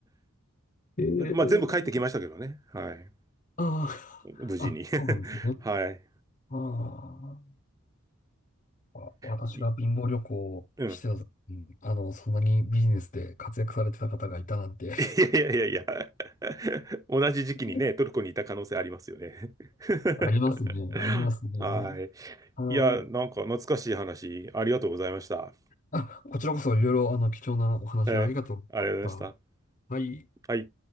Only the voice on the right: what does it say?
まあ、全部帰ってきましたけどね。はい。
無事に。
<laughs> はい。
いうん。
いやいやいやいや。<laughs> 同じ時期にね、
トルコにいた可能性ありますよね。
<laughs>
はい。
いや、なんか懐かしい話、ありがとうございました。
えーありがとうございました。
はい。